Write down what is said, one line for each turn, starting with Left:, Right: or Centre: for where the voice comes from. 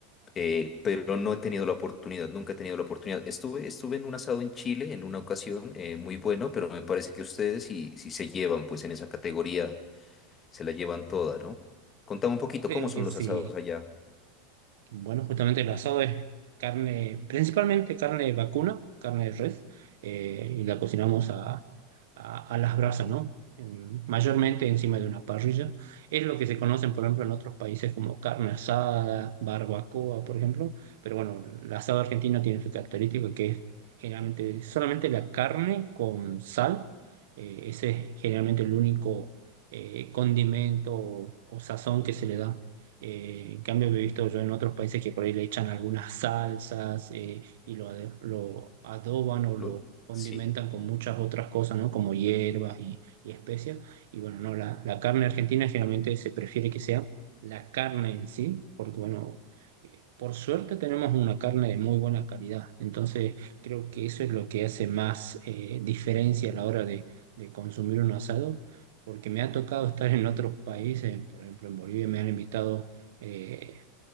Left: eh, pero
Right: Ah,
Left: no he tenido la oportunidad, nunca he tenido la oportunidad. Estuve, estuve en un asado en Chile en una ocasión eh, muy bueno, pero me parece que ustedes si, si se llevan, pues en esa categoría se la llevan toda, ¿no? Contame un poquito,
Right: Creo
Left: ¿cómo son
Right: que sí.
Left: los asados allá?
Right: Bueno, justamente el asado es carne, principalmente carne vacuna, carne de res, eh, y la cocinamos a, a las brasas, ¿no? En- mayormente encima de una parrilla. Es lo que se conocen, por ejemplo, en otros países como carne asada, barbacoa, por ejemplo. Pero bueno, el asado argentino tiene su característica que es generalmente solamente la carne con sal. Eh, ese es generalmente el único eh, condimento o, o sazón que se le da. Eh, en cambio, he visto yo en otros países que por ahí le echan algunas salsas, eh, y lo, ade- lo adoban o lo
Left: Lo-
Right: condimentan
Left: sí.
Right: con muchas otras cosas, ¿no? Como hierbas y, y especias. Y bueno, no, la, la carne argentina generalmente se prefiere que sea la carne en sí, porque bueno, eh, por suerte tenemos una carne de muy buena calidad. Entonces, creo que eso es lo que hace más eh, diferencia a la hora de, de consumir un asado, porque me ha tocado estar en otros países, por ejemplo, en Bolivia me han invitado, eh,